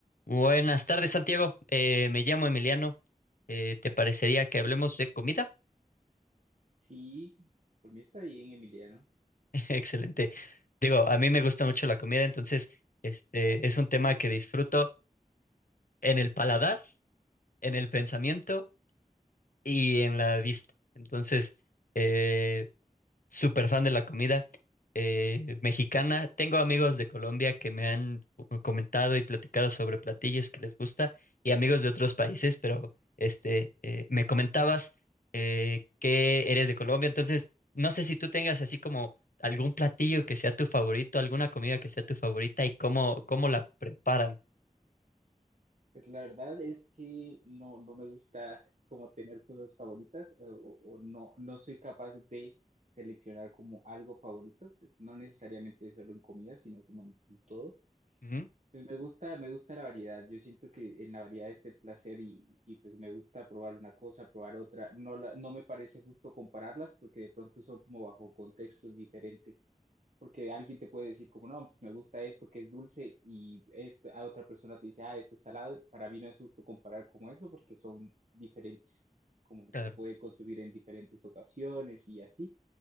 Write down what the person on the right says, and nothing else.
Sí, por mí está bien, Emiliano.
Ah,
Pues la verdad es que no, no me gusta como tener cosas favoritas eh, o, o no, no soy capaz de seleccionar como algo favorito, pues no necesariamente solo en comida, sino como en, en todo.
Pues me gusta, me gusta la variedad. Yo siento que en la variedad está el placer y, y pues me gusta probar una cosa, probar otra. No, la- no me parece justo compararlas porque de pronto son como bajo contextos diferentes. porque alguien te puede decir como, no, pues me gusta esto que es dulce y esta, a otra persona te dice, ah, esto es salado. Para mí no es justo comparar como eso porque son diferentes, como
se puede consumir en diferentes ocasiones y así.